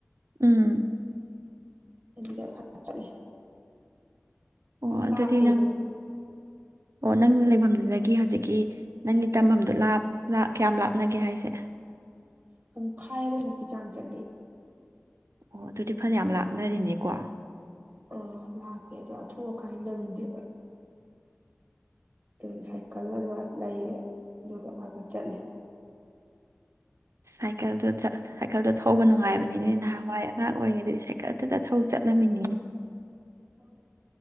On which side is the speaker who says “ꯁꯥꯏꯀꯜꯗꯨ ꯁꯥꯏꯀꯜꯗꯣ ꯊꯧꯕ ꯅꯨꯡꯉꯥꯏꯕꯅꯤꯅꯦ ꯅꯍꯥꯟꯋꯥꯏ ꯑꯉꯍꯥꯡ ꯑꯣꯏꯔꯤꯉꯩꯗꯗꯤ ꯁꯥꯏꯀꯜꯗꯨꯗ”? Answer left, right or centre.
Right